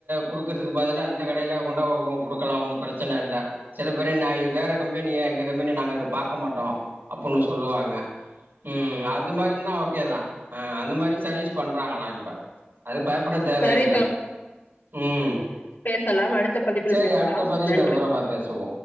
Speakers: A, on the right; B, on the left.
A: குடுக்கறதுக்கு பதிலா இந்த கடைல கொண் டு கொடுக்கலா ஒன்னு பிரச்சன இல்ல சில பேரு நா வேற கம்பெனிய எங்க கம்பெனி நாங்க பாக்க மாட்டோ அப்பன்னு சொல்லுவாங்க உம் ம் அந்த மாரின்னா ஓகேதா ஆ அந்த மாரி சர்வீஸ் பண்றாங்களா இப்ப அது பயப்பட தேவயில்ல
B: சரி
A: ம்
B: சலாம் அடுத்த பதிவில்
A: சரி
B: பேசலாம்
A: அடுத்த பதிவுல
B: நன்றி
A: விவரமா பேசுவோம்